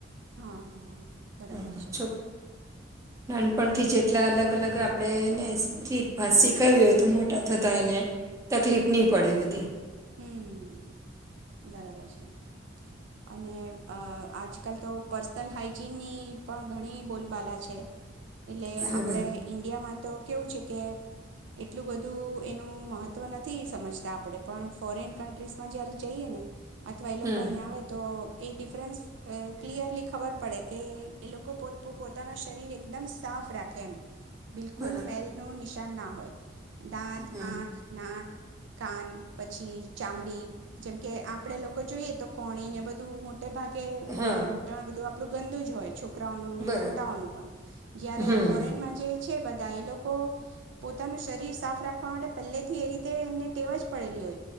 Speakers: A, on the right; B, on the right.
A: હા, હા બરાબર
B: હમ
A: છે.
B: છો નાનપણથી જેટલાં અલગ અલગ આપણે એને શીખી શીખાવયુ હોય તો મોટા થતા એને તકલીફ નહી પડે બધી.
A: હમ્મ બરાબર છે. અને અ આજકાલ તો પર્સનલ હાઈજીનની પણ ઘણી બોલબાલા છે. એટલે
B: બરાબર
A: આપણે ઇન્ડિયામાં તો કેવું છે કે એટલું બધું એનું મહત્ત્વ નથી સમજતા આપણે પણ ફોરેન કન્ટ્રીઝમાં જયારે જઈએ ને અથવા એ
B: હમ
A: લોકો અહીંયા આવે તો એ ડિફરન્સ ક્લિયરલી ખબર પડે કે એ લોકો પો પોતાના શરીર એકદમ સાફ રાખે એમ. બિલકુલ
B: બરાબર
A: મેલનો નિશા ન ના હોય. દાંત,
B: હમ
A: આંખ, નાક કાન પછી ચામડી જેમ કે આપડે લોકો જોઈએ તો કોણી ને બધું મો ટે ભાગે કોણી
B: હા
A: ઘૂટાણ બધું આપણું ગંદું જ હોય. છોકરાઓને,
B: બરાબર
A: મોટાઓનું પણ, જ્યારે
B: હમ
A: ફોરેન જે છે તા એ લોકો, પોતાનું શરીર સાફ રાખવા માટે પહેલે થી એ રીતે એમને ટેવ જ પડેલી હોય.